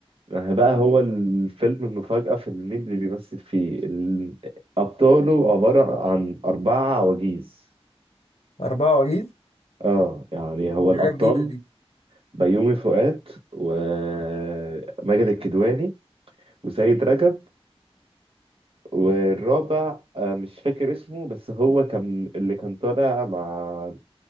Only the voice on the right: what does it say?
ما هي بقى هو الفيلم المفاجأة في إن مين اللي بيمثل فيه ال- أبطاله عبارة عن أربعة عواجيز
اه يعني هو
الأبطال
بيومي فؤاد وماجد الكدواني وسيد رجب والرابع آه، مش فاكر اسمه بس هو كان اللي كان طالع مع